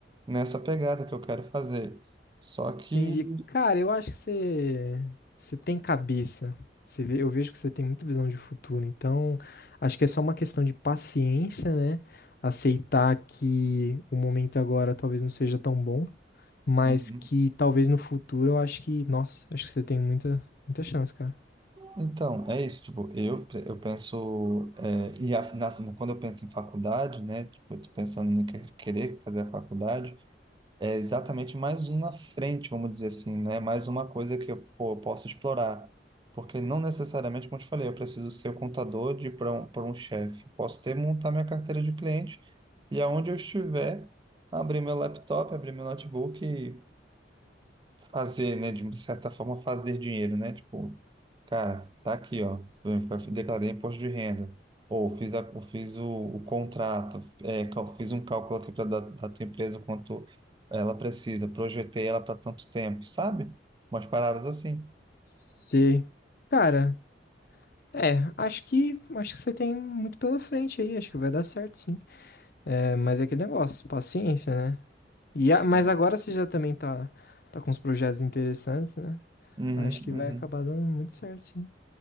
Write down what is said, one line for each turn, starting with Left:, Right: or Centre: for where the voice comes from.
Right: nessa pegada que eu quero fazer. Só que.
Left: Entendi. Cara, eu acho que você, você tem cabeça. Você vê- eu vejo que você tem muita visão de futuro. Então, acho que é só uma questão de paciência, né? Aceitar que o momento agora talvez não seja tão bom, mas
Right: Uhum.
Left: que talvez no futuro eu acho que, nossa, acho que você tem muita, muita chance, cara.
Right: Então, é isso, tipo, eu, eu penso, é, e a- na- quando eu penso em faculdade, né, tipo, eu tô pensando em que- querer fazer a faculdade, é exatamente mais uma frente, vamos dizer assim, né, mais uma coisa que eu, pô, eu posso explorar, porque não necessariamente, como eu te falei, eu preciso ser o contador de para um, pra um chefe, posso ter, montar minha carteira de cliente, e aonde eu estiver, abrir meu laptop, abrir meu notebook e fazer, né, de certa forma fazer dinheiro, né, tipo, Cara, tá aqui, ó. Eu Declarei imposto de renda. Ou fiz, a, eu fiz o, o contrato, é, cal- fiz um cálculo aqui para da, da tua empresa quanto ela precisa, projetei ela para tanto tempo, sabe? Umas paradas assim.
Left: Você, cara, é, acho que, acho que você tem muito pela frente aí. Acho que vai dar certo, sim. É, mas é aquele negócio, paciência, né? E
Right: Sim.
Left: a- mas agora você já também tá, tá com uns projetos interessantes, né?
Right: Uhum,
Left: Acho que vai acabar dando muito certo, sim.